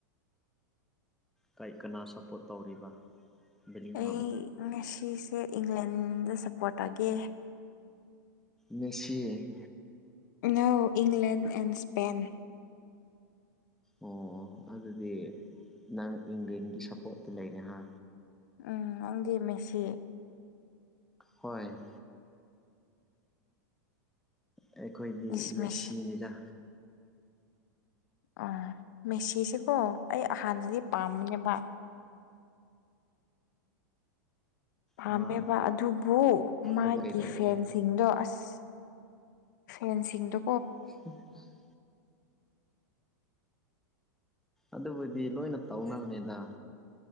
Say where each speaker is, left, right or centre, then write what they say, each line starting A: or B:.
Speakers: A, in the centre; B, on the left (about 65°).
A: ꯀꯩ ꯀꯅꯥ ꯁꯞꯄꯣꯔꯠ ꯇꯧꯔꯤꯕ ꯕꯦꯂꯤꯡꯍꯥꯝ
B: ꯑꯩ ꯉꯁꯤꯁꯦ ꯏꯪꯂꯦꯟꯗ ꯁꯞꯄꯣꯔꯠ ꯇꯧꯒꯦ
A: ꯃꯦꯁꯤ
B: ꯅꯣ ꯏꯪꯂꯦꯟ ꯑꯦꯟ ꯁ꯭ꯄꯦꯟ
A: ꯑꯣ ꯑꯗꯨꯗꯤ ꯅꯪ ꯏꯪꯂꯦꯟꯒꯤ ꯁꯞꯄꯣꯔꯠꯇ ꯂꯩꯔꯦꯍꯥ
B: ꯎꯝ ꯅꯪꯗꯤ ꯃꯦꯁꯤ
A: ꯍꯣꯏ ꯑꯩꯈꯣꯏꯗꯤ
B: ꯏꯁ
A: ꯃꯦꯁꯤꯅꯤꯗ
B: ꯃꯦꯁꯤ ꯑꯥ ꯃꯦꯁꯤꯁꯤꯀꯣ ꯑꯩ ꯍꯥꯟꯅꯗꯤ ꯄꯥꯝꯕꯅꯦꯕ ꯄꯥꯝꯃꯦꯕ
A: ꯑꯥ
B: ꯑꯗꯨꯕꯨ ꯃꯥꯒꯤ
A: ꯑꯗꯨ ꯀꯩꯗꯧꯔꯒꯦ
B: ꯐꯦꯟꯁ ꯁꯤꯡꯗꯣ ꯑꯁ ꯐꯦꯟꯁꯤꯡꯗꯣ
A: <unintelligible> ꯑꯗꯨꯕꯨꯗꯤ ꯂꯣꯏꯅ ꯇꯧꯅꯕꯅꯦꯗ